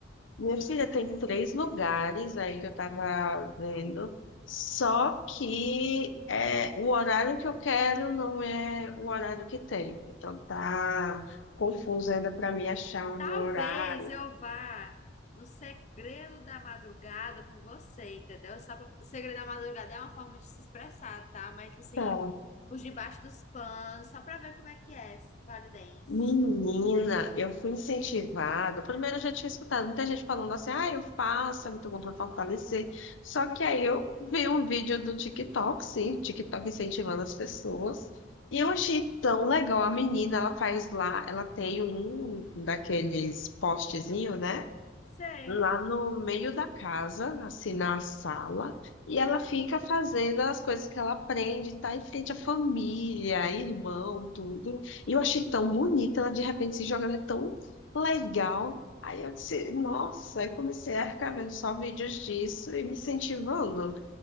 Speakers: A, on the left; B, on the left.
A: Minha filha tem três lugares aí que eu tava vendo, só que é, o horário que eu quero não é o horário que tem. Então tá confuso ainda para mim achar um
B: Talvez
A: horário.
B: eu vá no segredo da madrugada com você, entendeu? Só pra... Segredo da madrugada é uma forma de se expressar, tá? Mas, tipo assim,
A: Tá.
B: por debaixo dos panos, só pra ver como é que é esse Vale Dance.
A: Menina, eu fui incentivada. Primeiro, eu já tinha escutado muita gente falando assim: ah, eu faço, é muito bom para fortalecer. Só que aí eu vi um vídeo do TikTok, sim, TikTok incentivando as pessoas. E eu achei tão legal. A menina, ela faz lá, ela tem um daqueles postezinho, né?
B: Sei.
A: lá no meio da casa, assim na sala, e ela fica fazendo as coisas que ela aprende, tá em frente à família, irmão, tudo. E eu achei tão bonita, ela de repente se jogando, é tão legal. Aí eu disse, nossa, aí comecei a ficar vendo só vídeos disso e me incentivando.